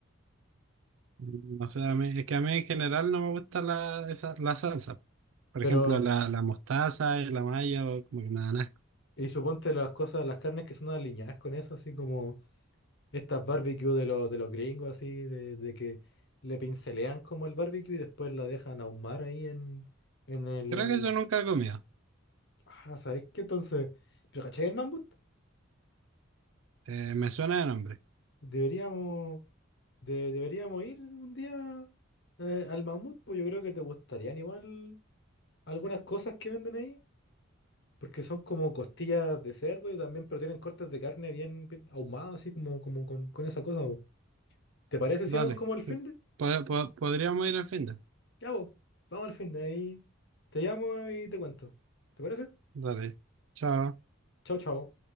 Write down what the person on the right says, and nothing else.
Mm, No sé, a mí- es que a mí en general no me gusta la, esa, la salsa. Por
ejemplo, la, la mostaza y la mayo, como que me dan asco.
Creo
que eso nunca he comido.
Eh, me suena de nombre.
Dale.
Eh, pod- pod- podríamos ir al fin de.
Dale. Chao.